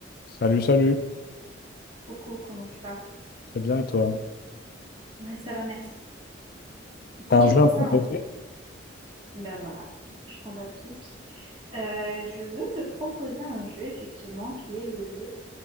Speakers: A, on the left; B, on the right.
A: Salut, salut.
B: Coucou, comment tu vas?
A: Très bien, et toi?
B: Ouais, ça va, merci. Écoute,
A: T'as un
B: j'ai
A: jeu
B: pensé
A: à me proposer?
B: à un Ben voilà. Tu tombes à pic. Euh, je veux te proposer un jeu, effectivement, qui est le jeu